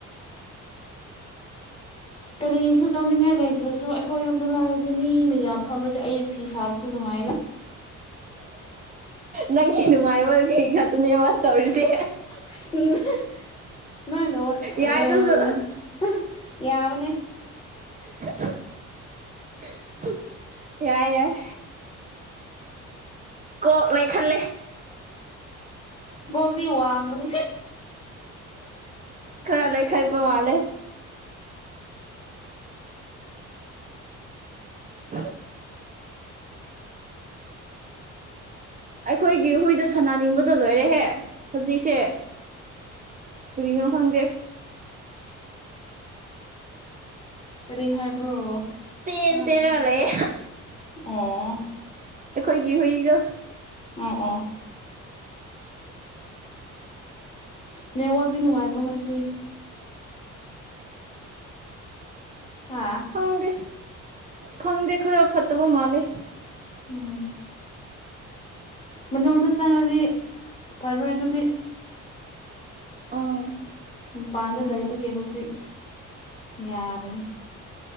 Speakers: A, on the left; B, on the right.
A: ꯀꯔꯤꯁꯨ ꯇꯧꯅꯤꯡꯉꯥꯏ ꯂꯩꯗ꯭ꯔꯁꯨ ꯑꯩꯈꯣꯏ ꯌꯣꯝꯗ ꯂꯥꯛꯔꯗꯤ ꯃꯤ ꯃꯌꯥꯝ ꯐꯝꯔꯗꯤ ꯑꯩ ꯐꯤ ꯁꯥꯕꯁꯨ ꯅꯨꯡꯉꯥꯏ
B: ꯅꯪꯒꯤ ꯅꯨꯡꯉꯥꯏꯕꯒꯤ ꯉꯥꯛꯇꯅꯦꯕ ꯇꯧꯔꯤꯁꯦ
A: <unintelligible> <unintelligible>
B: ꯌꯥꯏ ꯑꯗꯨꯁꯨ
A: ꯑ ꯌꯥꯕꯅꯦ
B: <inaudible> ꯌꯥꯏ ꯌꯥꯏ ꯀꯣꯛ ꯂꯩꯈꯠꯂꯦ
A: ꯒꯣꯜꯗꯤ ꯋꯥꯕꯅꯦ
B: ꯈꯔ ꯂꯩꯈꯥꯠꯄ ꯃꯥꯜꯂꯦ <inaudible> ꯑꯩꯈꯣꯏꯒꯤ ꯍꯨꯏꯗꯨ ꯁꯅꯥꯅꯤꯡꯕꯗꯣ ꯂꯣꯏꯔꯦꯍꯦ ꯍꯨꯖꯤꯛꯁꯦ ꯀꯨꯔꯤꯅꯣ ꯈꯪꯗꯦ
A: ꯀꯔꯤ ꯍꯥꯏꯕ꯭ꯔꯣ
B: ꯆꯦꯟ
A: ꯇꯥꯗꯦꯅꯦ
B: ꯆꯦꯟꯔ ꯂꯩꯌꯦ
A: ꯑꯣ
B: ꯑꯩꯈꯣꯏꯒꯤ ꯍꯨꯏꯗꯣ
A: ꯑꯣ ꯑꯣ ꯅꯦꯠꯋꯥꯛꯇꯤ ꯅꯨꯡꯉꯥꯏꯕ꯭ꯔ ꯉꯁꯤ ꯍꯥ
B: ꯈꯪꯗꯦ ꯈꯪꯗꯦ ꯈꯔ ꯐꯠꯇꯕ ꯃꯥꯜꯂꯦ
A: ꯎꯝ ꯃꯅꯨꯡꯗꯗ ꯆꯪꯔꯗꯤ ꯐꯔꯣꯏ ꯑꯗꯨꯗꯤ
B: ꯑ
A: ꯃꯄꯥꯟꯗ ꯂꯩꯕꯒꯤ ꯍꯧꯖꯤꯛ ꯌꯥꯕꯅꯤ ꯫